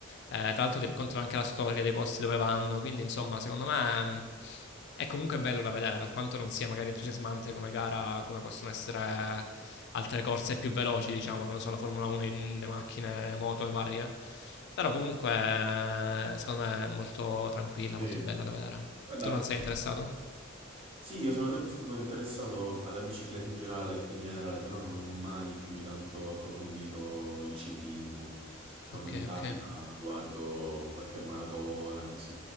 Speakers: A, on the left; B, on the right.
A: Eh, tra l'altro ti raccontano anche la storia dei posti dove vanno, quindi insomma secondo me mh, è comunque bello da vedere, per quanto non sia magari entusiasmante come gara, come possono essere altre corse più veloci, diciamo, non lo so, la Formula 1, in- le macchine, le moto e varie. Però comunque eh, secondo me è molto tranquilla,
B: Sì.
A: molto bella da vedere.
B: Guarda,
A: Tu non sei interessato?
B: Sì, io sono sempre stato interessato alla bicicletta in generale, in generale, però non ho mai più di tanto approfondito il ciclismo. Quando
A: Ok,
B: mi capita
A: ok.
B: guardo qualche maratona, così,